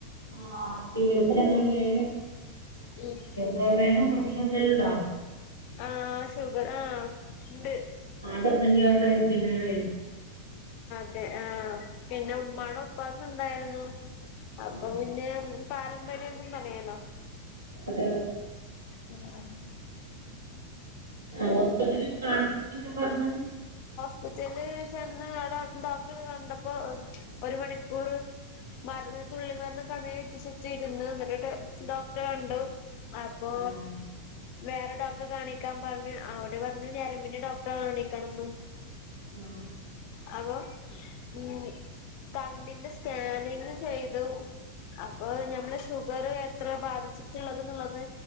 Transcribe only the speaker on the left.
ഉം
ആഹ് ഷുഗർ ആഹ് ഉണ്ട്
ഏഹ് ആഹ പിന്നെ ഉമ്മാടെ ഉപ്പാക്ക് ഉണ്ടായിരുന്നു അപ്പൊ
പിന്നെ പാരമ്പര്യന്നും പറയാലോ
ഉം
ഹോസ്പിറ്റൽ ചെന്ന് ആടെ ഡോക്ടറെ ഒക്കെ കണ്ടപ്പോ ഒരു മണിക്കൂർ മരുന്ന് തുള്ളി മരുന്ന് കണ്ണിൽ ഉറ്റിച്ചിട്ടിരുന്നു എന്നിട്ട് ഡോക്ടർ കണ്ടു അപ്പൊ
വേറെ ഡോക്ടറെ കാണിക്കാൻ പറഞ്ഞു അവിടെ പറഞ്ഞു ഞരമ്പിന്റെ ഡോക്ടറെ കാണിക്കണംന്ന്
അതോ ഉ കണ്ണിന്റെ സ്കാനിങ് ചെയ്തു അപ്പൊ ഞമ്മള് ഷുഗർ എത്ര ബാധിച്ചിട്ടുള്ളത് എന്നുള്ളത്